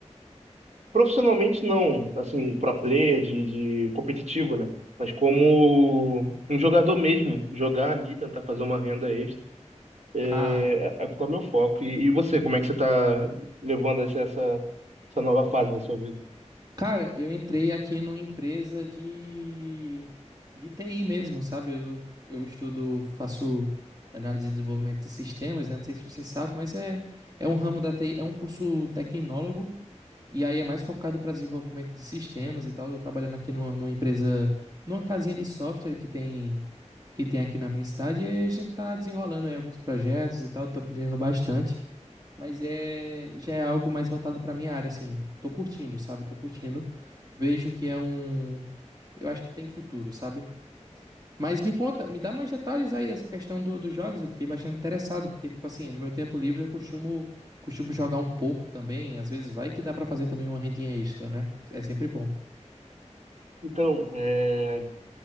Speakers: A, on the right; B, on the right.
A: Profissionalmente não, assim, pro player de, de competitivo, né? Mas como um jogador mesmo, jogar ali, tentar fazer uma renda extra, é,
B: Ah,
A: é é o tá meu foco. E, e você, como é que você tá levando essa, essa essa nova fase da sua vida?
B: cara, eu entrei aqui numa empresa de, de TI mesmo, sabe? Eu, eu estudo, faço análise de desenvolvimento de sistemas, né? Não sei se você sabe, mas é, é um ramo da TI, é um curso tecnólogo, e aí é mais focado para desenvolvimento de sistemas e tal. Eu tô trabalhando aqui numa, numa empresa, numa casinha de software que tem, que tem aqui na minha cidade, e a gente tá desenrolando aí alguns projetos e tal, tô aprendendo bastante. Mas é, já é algo mais voltado pra minha área, assim. Tô curtindo, sabe? Tô curtindo. Vejo que é um. Eu acho que tem futuro, sabe? Mas me conta, me dá mais detalhes aí dessa questão do, dos jogos. Eu fiquei bastante interessado, porque, tipo assim, no meu tempo livre eu costumo, costumo jogar um pouco também. Às vezes vai que dá pra fazer também uma rendinha extra, né? É sempre bom.
A: Então, é,